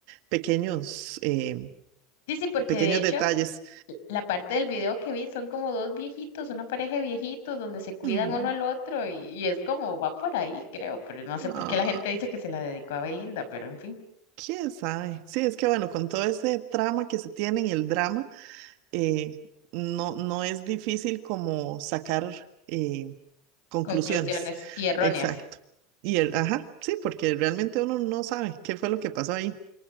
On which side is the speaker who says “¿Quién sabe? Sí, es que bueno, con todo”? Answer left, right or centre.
Right